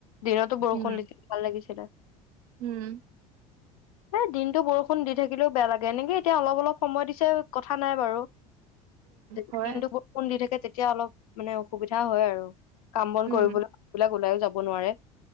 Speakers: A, on the left; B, on the right.
A: দিনতো বৰষুণ
B: উম
A: দিছিল, ভাল লাগিছিলে।
B: উম
A: এ দিনটো বৰষুণ দি থাকিলেও বেয়া লাগে। এনেকে এতিয়া অলপ অলপ সময় দিছে, কথা নাই বাৰু। <unintelligible>
B: হয়
A: তে- এতিয়া অলপ, মানে অসুবিধা হয় আৰু। কাম বন
B: উম
A: কৰিবল <inaudible> ওলাই- যাব নোৱাৰে।